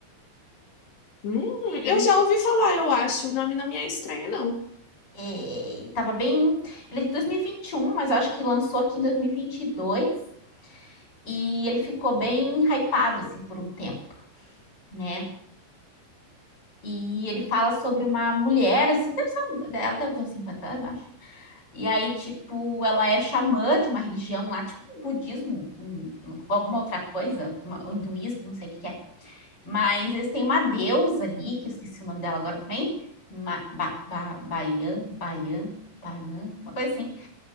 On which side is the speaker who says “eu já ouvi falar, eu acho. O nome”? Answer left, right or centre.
Left